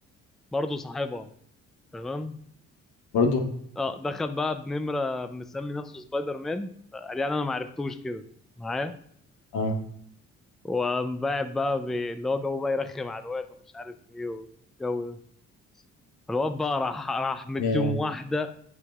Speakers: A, in the centre; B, on the left.
A: برضه صاحبها تمام
B: برضو
A: اه دخل بقى بنمرة مسمي نفسه سبايدر مان قال يعني انا ما عرفتوش كده معاه
B: اه
A: وقام باعت بقى بي- اللي هو جو بقى يرخم على الواد ومش عارف ايه والجو ده الواد بقى راح راح مديهم
B: ايه
A: واحده